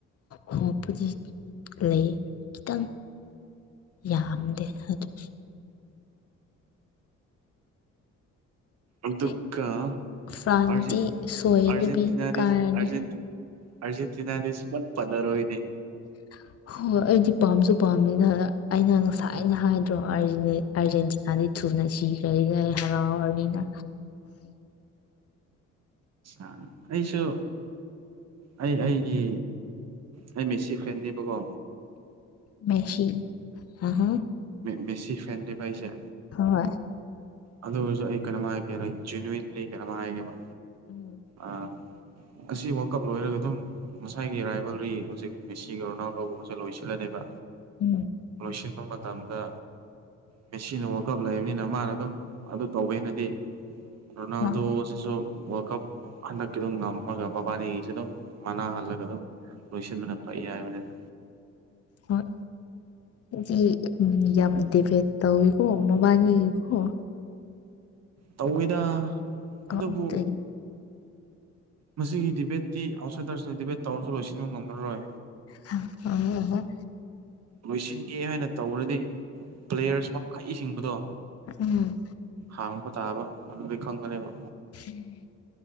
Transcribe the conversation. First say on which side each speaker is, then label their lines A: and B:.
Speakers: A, on the left (about 50°); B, on the right (about 60°).
A: ꯍꫭꯞꯄꯨꯗꯤ ꯂꯩ ꯈꯤꯇꯪ ꯌꯥꯝꯗꯦ ꯑꯗꯨꯁꯨ
B: ꯑꯗꯨꯒꯗ
A: ꯑꯩ ꯐ꯭ꯔꯥꯟꯁꯇꯤ
B: ꯑꯔꯖꯦꯟ
A: ꯁꯣꯏꯗꯕꯤ
B: ꯑꯔꯖꯦꯟꯇꯤꯅꯥꯗꯤ
A: ꯀꯥꯔꯅꯤ
B: ꯑꯔꯖꯦꯟꯇ ꯑꯔꯖꯦꯟꯇꯤꯅꯥꯗꯤ ꯁꯨꯄꯟ ꯄꯟꯅꯔꫭꯏꯅꯦ
A: <inaudible> ꯍꯣꯏ ꯍꯣꯏ ꯑꯩꯗꯤ ꯄꯥꯝꯁꯨ ꯄꯥꯝꯅꯤꯅ ꯑꯩꯅ ꯉꯁꯥꯏꯅ ꯍꯥꯏꯗ꯭ꯔꯣ ꯑꯥꯔꯖꯦꯟꯇꯤꯅꯥꯗꯤ ꯊꯨꯅ ꯁꯤꯈ꯭ꯔꯦ ꯍꯔꯥꯎꯔꯅꯤ ꯅ
B: ꯑ ꯑꯩꯁꯨ ꯑꯩ ꯑꯩꯒꯤ ꯑꯩ ꯃꯦꯁꯤ ꯐ‌ꯦꯟꯅꯦꯕꯀꯣ
A: ꯃꯦꯁꯤ ꯑꯍ
B: ꯃꯦꯁꯤ ꯐꯦꯟꯅꯦꯕ ꯑꯩꯁꯦ
A: ꯍꯣꯏ
B: ꯑꯗꯨ ꯑꯣꯏꯁꯨ ꯑꯩ ꯀꯩꯅꯣꯃ ꯍꯥꯏꯒꯦ ꯖꯅꯋꯟꯂꯤ ꯀꯩꯅꯣ ꯍꯥꯏꯒꯦꯕ
A: ꯎꯝ
B: ꯑꯥ ꯑꯁꯤ ꯋꯥꯔꯜ ꯀꯞ ꯂꯣꯏꯔꯒ ꯑꯗꯨꯝ ꯉꯁꯥꯏꯒꯤ ꯔꯥꯏꯕꯜꯔꯤ ꯍꯧꯖꯤꯛ ꯃꯤꯁꯤꯒ ꯔꫭꯅꯥꯜꯗꫭꯒꯨꯝꯕꯁꯦ ꯂꯣꯏꯁꯤꯜꯂꯅꯦꯕ
A: ꯎꯝ
B: ꯂꯣꯏꯁꯤꯟꯕ ꯃꯇꯝꯗ ꯃꯦꯁꯤꯅ ꯋꯥꯜꯀꯞ ꯂꯩꯕꯅꯤꯅ ꯃꯥꯅ ꯑꯗꯨꯝ ꯑꯗꯨ ꯇꯧꯕꯦꯅꯗꯤ ꯔꯣꯅꯥꯜꯗꯣꯁꯤꯁꯨ
A: ꯎꯝ
B: ꯋꯥꯜꯀꯞ ꯍꯟꯗꯛꯀꯤꯗꫭ ꯉꯝꯃꯒ ꯃꯕꯥꯟꯅꯤꯒꯤꯁꯦ ꯑꯗꯨꯝ ꯃꯅꯥꯍꯜꯂꯒ ꯑꯗꯨꯝ ꯂꯣꯏꯁꯤꯟꯕꯅ ꯐꯩ ꯍꯥꯏꯕꯅꯤꯗ
A: ꯎꯝ ꯍꫭꯏ ꯌꯥꯝ ꯌꯝ ꯗꯤꯕꯦꯠ ꯇꯧ ꯑꯣ ꯃꯕꯥꯏꯅꯤ ꯀꯣ
B: ꯇꯧꯋꯤꯗ
A: ꯑ
B: ꯑꯗꯨꯕꯨ
A: ꯑꯗꯨ <unintelligible>
B: ꯃꯁꯤꯒꯤ ꯗꯤꯕꯦꯠꯇꯤ ꯑꯥꯎ꯭ꯠꯁꯥꯏꯗꯔꯁꯤꯅ ꯗꯤꯕꯦꯠ ꯇꯧꯔꯁꯨ ꯂꯣꯏꯁꯤꯟꯕ ꯉꯝꯃꯔꯣꯏ
A: ꯍꫭ -ꯍꫭ ‌ꯍꫭꯏ
B: ꯂꯣꯏꯁꯤꯟꯒꯦ ꯍꯥꯏꯅ ꯇꯧꯔꯅꯤ ꯄ꯭ꯂꯦꯌꯔꯁ ꯃꯈꯛꯁꯤꯡꯕꯗꯣ
A: ꯎꯝ
B: ꯍꯥꯡꯕ ꯇꯥꯕ ꯑꯗꯨꯗꯤ ꯈꯪꯒꯅ‌ꯦꯕ
A: ꯎꯝ